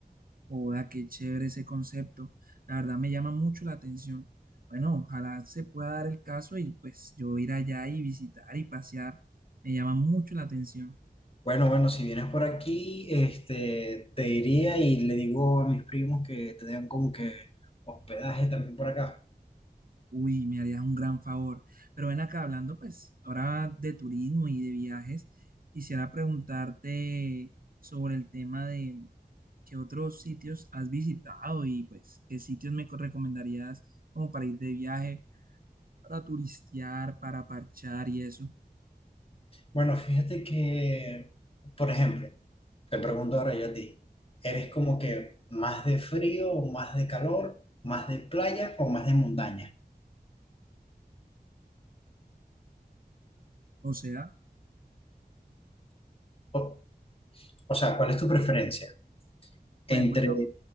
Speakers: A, on the right; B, on the left.
A: Hola, qué chévere ese concepto. La verdad me llama mucho la atención. Bueno, ojalá se pueda dar el caso y pues yo ir allá y visitar y pasear. Me llama mucho la atención.
B: Bueno, bueno, si vienes por aquí, este, te diría y le digo a mis primos que te den como que hospedaje también por acá.
A: Uy, me harías un gran favor. Pero ven acá hablando, pues, ahora de turismo y de viajes, quisiera preguntarte sobre el tema de qué otros sitios has visitado y pues qué sitios me co- recomendarías como para ir de viaje, para turistear, para parchar y eso.
B: Bueno, fíjate que, por ejemplo, te pregunto ahora yo a ti, ¿eres como que más de frío o más de calor, más de playa o más de montaña?
A: O sea,
B: O, o sea, ¿cuál es tu preferencia? Entre,
A: pues bueno,